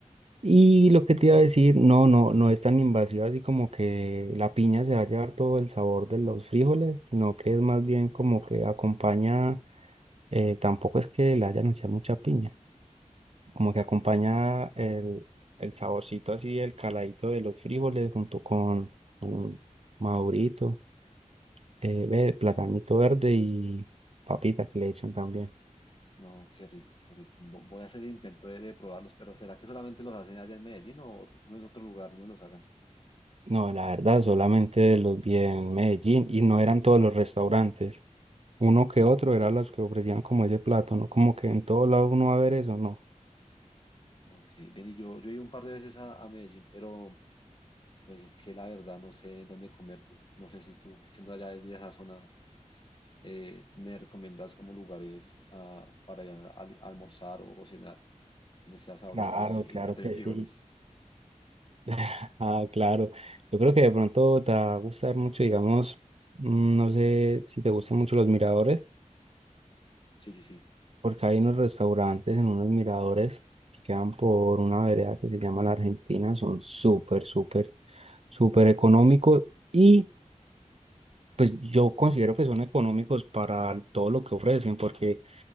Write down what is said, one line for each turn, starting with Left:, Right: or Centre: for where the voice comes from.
Right: Y lo que te iba a decir, no, no, no es tan invasiva así como que la piña se va a llevar todo el sabor de los frijoles, sino que es más bien como que acompaña, eh, tampoco es que le hayan echado mucha piña, como que acompaña el, el saborcito así, el caladito de los frijoles junto con, con madurito, eh, ve, platanito verde y papita que le echan también.
Left: No, qué rico, qué rico. Vo- Voy a hacer el intento de, de probarlos, pero ¿será que solamente los hacen allá en Medellín o tú conoces otro lugar donde los hagan?
Right: No, la verdad, solamente los vi en Medellín y no eran todos los restaurantes. Uno que otro eran los que ofrecían como ese plato, ¿no? Como que en todo lado uno va a ver eso, ¿no?
Left: Ok, ven y yo, yo he ido un par de veces a, a Medellín, pero pues es que la verdad no sé dónde comer tú. No sé si tú, que siendo allá de esa zona, eh, me recomiendas como lugares ah, para ir a- a almorzar o, o cenar, donde sea sabroso
Right: Claro,
Left: y,
Right: claro
Left: encuentre
Right: que
Left: frijoles.
Right: sí. <laughs> Ah, claro. Yo creo que de pronto te va a gustar mucho, digamos, mm, no sé si te gustan mucho los miradores,
Left: Sí, sí, sí.
Right: porque hay unos restaurantes en unos miradores que quedan por una vereda que se llama La Argentina, son súper, súper, súper económicos y pues yo considero que son económicos para todo lo que ofrecen, porque